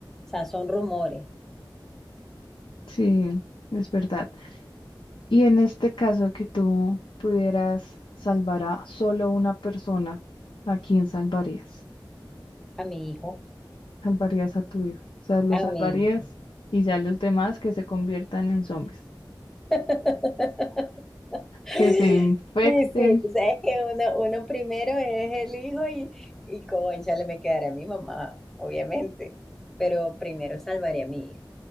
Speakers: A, in the centre; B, on the left.
A: sea, son rumores.
B: sí, es verdad. Y en este caso que tú pudieras salvar a solo una persona, ¿a quién salvarías?
A: A mi hijo,
B: Salvarías a tu hijo. O sea, lo
A: a
B: salvarías
A: mi hijo.
B: y ya los demás que se conviertan en zombies,
A: <laughs> Sí,
B: que se infecten.
A: sí, tú sabes que uno, uno primero es el hijo y, y cónchale, me quedaré a mi mamá, obviamente, pero primero salvaré a mi hijo,